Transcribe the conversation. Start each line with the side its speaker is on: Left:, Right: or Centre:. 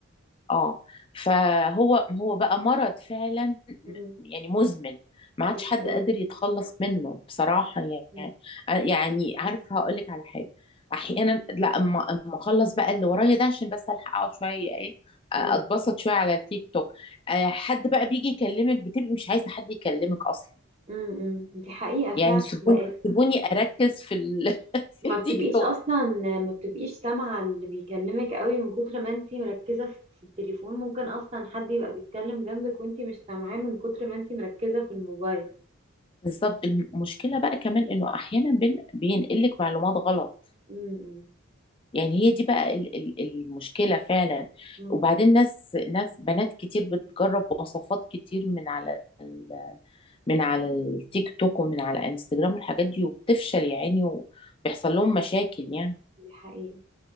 Left: اه فهو هو بقى مرض فعلا م-
Right: م- م.
Left: يعني مزمن ما عادش
Right: دي
Left: حد
Right: حقيقه
Left: قادر يتخلص منه بصراحة يعني
Right: م-
Left: يعني عارفة هقول لك على حاجة احيانا لا اما أما اخلص بقى اللي ورايا ده عشان بس الحق اقعد شوية ايه اتبسط
Right: م-
Left: شوية على التيك توك آه، حد بقى بيجي يكلمك بتبقي مش عايزة حد يكلمك اصلا
Right: م- م. دي حقيقه فعلا
Left: يعني سيبوني
Right: بقت
Left: سيبوني اركز في ال... <laughs> في
Right: ما
Left: التيك
Right: بتبقيش
Left: توك
Right: اصلا ما بتبقيش سامعه اللي بيكلمك قوي من كتر ما انتي مركزه في في التليفون ممكن اصلا حد يبقى بيتكلم جنبك وانتي مش سامعاه من كتر ما انتي مركزه في الموبايل
Left: بالظبط المشكلة بقى كمان انه احيانا بين... بينقلك معلومات غلط
Right: م-
Left: يعني هي دي بقى ال- ال- المشكلة فعلا
Right: مم.
Left: وبعدين ناس ناس بنات كتير بتجرب وصفات كتير من على ال- من على التيك توك ومن على انستجرام والحاجات دي وبتفشل يا عيني وبيحصل لهم مشاكل يعني
Right: دي حقيقة